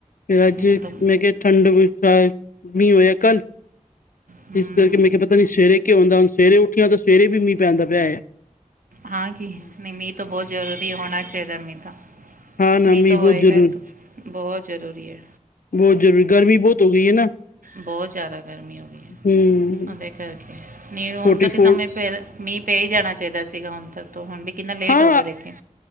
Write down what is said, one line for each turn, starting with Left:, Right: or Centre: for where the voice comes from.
Left: ਤੇ ਅੱਜ
Right: ਮੈਂ ਹੁਣ ਤਾਂ
Left: ਮੈਂ ਕਿਆ ਠੰਡ ਵਿਚ ਆਈ। ਮੀਂ ਓਇਆ ਕੱਲ।
Right: ਹਮ,
Left: ਇਸ ਕਰਕੇ ਮੈਂ ਕਿਆ ਪਤਾ ਨੀ ਸਵੇਰੇ ਕੀ ਹੁੰਦਾ, ਹੁਣ ਸਵੇਰੇ ਉੱਠੀ ਆਂ ਤੇ ਸਵੇਰੇ ਵੀ ਮੀਂ ਪੈਂਦਾ ਪਿਆ ਹੈਗਾ।
Right: ਹਾਂ ਕੀ ਨਈ ਮੀਂ ਤੋਂ ਬੋਤ ਜ਼ਰੂਰੀ ਹੋਣਾ ਚਾਈਦਾ ਮੀਂ ਤਾਂ।
Left: ਹਾਂ ਨਾ
Right: ਮੀਂ
Left: ਮੀਂਹ
Right: ਤਾਂ
Left: ਬਹੁਤ
Right: ਹੋਏਗਾ
Left: ਜ਼ਰੂਰ
Right: ਏਥ ਬੋ ਜ਼ਰੂਰੀ ਐ।
Left: ਬੋ ਜ਼ਰੂਰੀ ਗਰਮੀ ਬੋਤ ਹੋ ਗੀ ਏ ਨਾ।
Right: ਬੋਤ ਜਾਦਾ ਗਰਮੀ ਹੋ ਗੀ ਐ,
Left: ਹੂੰ
Right: ਓਦੇ ਕਰਕੇ ਨੀ ਹੁਣ
Left: ਫੋਰਟੀ
Right: ਤਾਂ ਕਿਸ
Left: ਫੋਰ
Right: ਸਮੇਂ ਫੇਰ ਮੀਂ ਪੈ ਈ ਜਾਣਾ ਚਾਈਦਾ ਸੀਗਾ ਹੁਣ ਤੱਕ ਤੋਂ, ਹੁਣ ਵੀ ਕਿੰਨਾ ਲੇਟ
Left: ਹਾਂ
Right: ਹੋ ਗਿਆ ਲੇਕਿਨ।